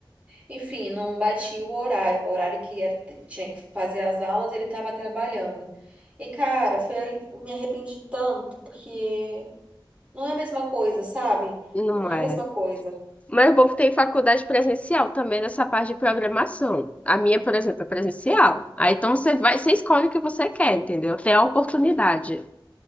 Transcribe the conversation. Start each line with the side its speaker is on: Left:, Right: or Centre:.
Right: Enfim, não batia o horário, o horário que era- tinha que fazer as aulas, ele tava trabalhando. E, cara, foi, me arrependi tanto, porque não é a mesma coisa, sabe?
Left: Não
Right: Não é
Left: é?
Right: a mesma coisa.
Left: Mas o bom que tem faculdade presencial também nessa parte de programação. A minha, por exemplo, é presencial. Aí então você vai, você escolhe o que você quer, entendeu? Tem a oportunidade.